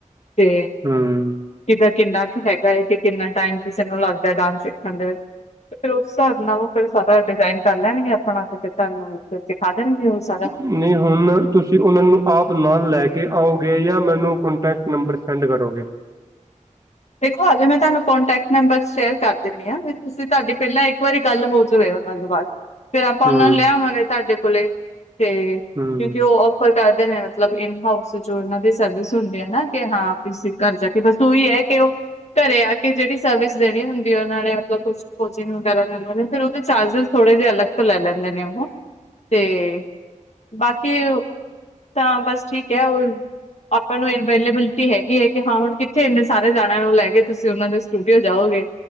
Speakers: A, on the left; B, on the right.
A: ਤੇ,
B: ਹੂੰ।
A: ਕਿਦਾ ਕਿੰਨਾ ਹੈਗਾ ਹੈ ਕਿ ਕਿੰਨਾ ਟਾਈਮ ਕਿਸੇ ਨੂੰ ਲੱਗਦਾ ਡਾਂਸ ਸਿੱਖਣ ਦੇ ਵਿੱਚ‌। ‌‍‌ ਤੇ ਫਿਰ ਉਸ ਹਿਸਾਬ ਨਾਲੋਂ ਫਿਰ ਸਾਰਾ ਡਿਜ਼ਾਇਨ ਕਰ ਲੈਣਗੇ ਆਪਣਾ ਤੇ ਫੇਰ ਤੁਹਾਨੂੰ ਫੇਰ ਸਿਖਾ ਦੇਣਗੇ ਉਹ ਸਾਰਾ।
B: ਨਹੀਂ ਹੁਣ ਤੁਸੀਂ ਉਹਨਾਂ ਨੂੰ ਆਪ ਨਾਲ ਲੈ ਕੇ ਆਓਗੇ ਜਾਂ ਮੈਨੂੰ ਕਟੈਕਟ ਨੰਬਰ ਸੈਂਡ ਕਰੋਗੇ।
A: ਦੇਖੋ ਹਾਲੇ ਮੈਂ ਤੁਹਾਨੂੰ ਕੋਂਟੈਕਟ ਨੰਬਰ ਸ਼ੇਅਰ ਕਰ ਦਿੰਨੀ ਆ ਹਾਂ ਫੇਰ ਤੁਸੀਂ ਤੁਹਾਡੀ ਪਹਿਲਾਂ ਇੱਕ ਵਾਰੀ ਗੱਲ ਹੋ ਜਾਵੇ। ਫਿਰ ਆਪਾਂ
B: ਹੂੰ
A: ਉਹਨਾਂ ਨੂੰ ਲੈ ਆਵਾਂਗੇ ਤੁਹਾਡੇ ਕੋਲੇ ਤੇ ਕਿਉਂਕਿ
B: ਹੂੰ
A: ਉਹ ਕੋਲ ਕਰਦੇ ਨੇ ਮਤਲਬ ਇਨ ਹਾਊਸ ਜੋ ਇਹਨਾਂ ਦੀ ਸਰਵਿਸ ਹੁੰਦੀ ਹੈ, ਨਾ ਕਿ ਹਾਂ ਇਸ ਘਰ ਜਾ ਕੇ ਬਸ ਉਹੀ ਹੈ। ਕੀ ਉਹ ਘਰੇ ਆ ਕੇ ਜਿਹੜੀ ਸਰਵਿਸ ਦੇਣੀ ਹੁੰਦੀ ਹੈ। ਉਹਨਾਂ ਨੇ ਮਤਲਬ ਕੁਛ ਕੋਚਿੰਗ ਵਗੈਰਾ ਲੈਂਦੇ ਨੇ ਫਿਰ ਉਹਦੇ ਚਾਰਜਿਸ ਥੋੜੇ ਜਹੇ ਅਲੱਗ ਤੋਂ ਲੈ ਲੈਂਦੇ ਨੇ ਉਹ ਤੇ ਬਾਕੀ ਤਾਂ ਬਸ ਠੀਕ ਐ, ਉਹ ਆਪਾਂ ਨੂੰ ਅਵੇਲੇਬਿਲਿਟੀ ਹੈਗੀ ਐ ਕਿ ਕਿੱਥੇ ਇੰਡ ਸਾਰੇ ਜਾਣਿਆਂ ਨੂੰ ਲੈ ਕੇ ਤੁਸੀਂ ਉਹਨਾਂ ਦੇ ਸਟੂਡੀਓ ਜਾਓਗੇ,